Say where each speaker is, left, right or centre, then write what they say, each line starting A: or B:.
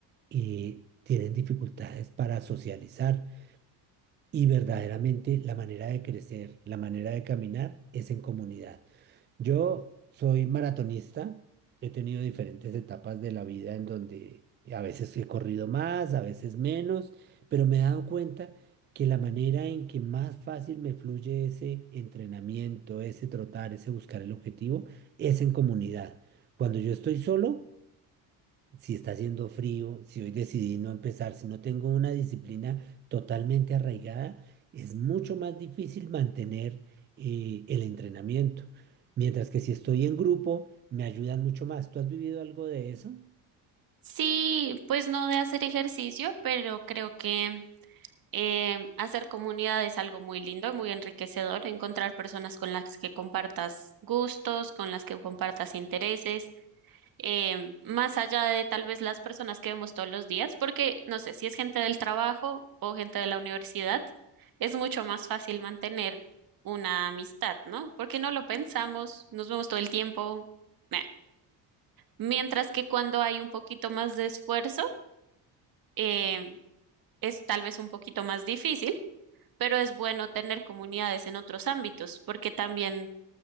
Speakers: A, on the right; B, on the right.
A: y tienen dificultades para socializar. Y verdaderamente la manera de crecer, la manera de caminar es en comunidad. Yo soy maratonista, he tenido diferentes etapas de la vida en donde a veces he corrido más, a veces menos, pero me he dado cuenta que la manera en que más fácil me fluye ese entrenamiento, ese trotar, ese buscar el objetivo, es en comunidad. Cuando yo estoy solo, si está haciendo frío, si hoy decidí no empezar, si no tengo una disciplina totalmente arraigada, es mucho más difícil mantener eh, el entrenamiento. Mientras que si estoy en grupo, me ayudan mucho más. ¿Tú has vivido algo de eso?
B: Sí, pues no de hacer ejercicio, pero creo que eh, hacer comunidad es algo muy lindo, muy enriquecedor, encontrar personas con las que compartas gustos, con las que compartas intereses eh, más allá de tal vez las personas que vemos todos los días, porque no sé si es gente del trabajo o gente de la universidad, es mucho más fácil mantener una amistad, ¿no? Porque no lo pensamos, nos vemos todo el tiempo. meh. Mientras que cuando hay un poquito más de esfuerzo, eh, es tal vez un poquito más difícil, pero es bueno tener comunidades en otros ámbitos, porque también